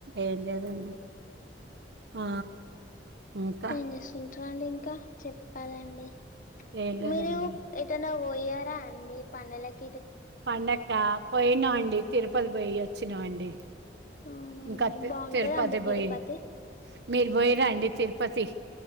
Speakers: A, on the right (about 70°); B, on the left (about 45°).
A: ఏం లేదండి. ఆ ఇంకా
B: ఏం చేస్తుంటారండి ఇంకా చెప్పాలండి
A: ఏం లేదండి
B: మీరు ఎటన్న పోయారా అండి పండల కి
A: పండగ క పోయినాం అండి తిరుపతి పోయి వచ్చినాం అండి
B: అవునా
A: ఇంకా
B: అండి
A: తి
B: బాగుంటదా
A: తిరుపతి
B: అండి
A: పోయి
B: తిరుపతి
A: మీరు పోయిరా అండి తిరుపతి